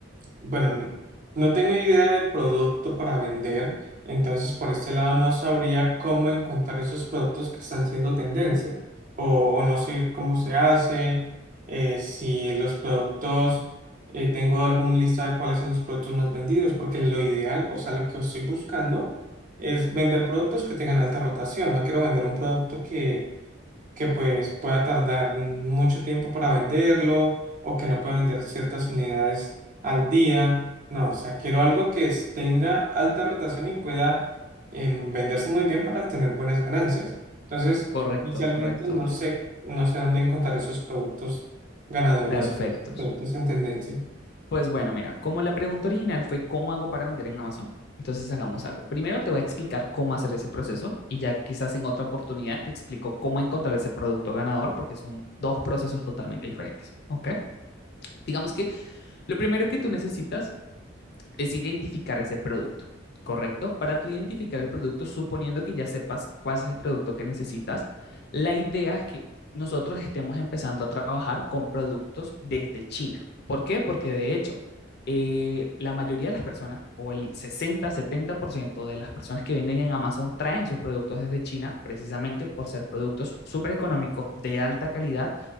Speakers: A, on the right; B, on the left.
A: Bueno, n- no tengo idea de producto para vender, entonces por este lado no sabría cómo encontrar esos productos que están siendo tendencia o, o no sé cómo se hace, eh, si los productos, eh, tengo algún lista de cuáles son los productos más vendidos, porque lo ideal, o sea, lo que estoy buscando es vender productos que tengan alta rotación, no quiero vender un producto que que pues pueda tardar mucho tiempo para venderlo o que no pueda vender ciertas unidades al día. No, o sea, quiero algo que es- tenga alta rotación y pueda em, venderse muy bien para tener buenas ganancias. Entonces,
B: Correcto,
A: inicialmente
B: correcto.
A: no sé, no sé dónde encontrar esos productos ganadores,
B: Perfectos.
A: esos productos en tendencia.
B: Pues bueno, mira, como la pregunta original fue ¿cómo hago para vender en Amazon? Entonces hagamos algo. Primero te voy a explicar cómo hacer ese proceso y ya quizás en otra oportunidad te explico cómo encontrar ese producto ganador porque son dos procesos totalmente diferentes, ¿ok? Digamos que lo primero que tú necesitas es identificar ese producto, ¿correcto? Para tú identificar el producto, suponiendo que ya sepas cuál es el producto que necesitas, la idea es que nosotros estemos empezando a trabajar con productos desde China. ¿Por qué? Porque de hecho, eh, la mayoría de las personas, o el 60-70% de las personas que venden en Amazon, traen sus productos desde China precisamente por ser productos súper económicos, de alta calidad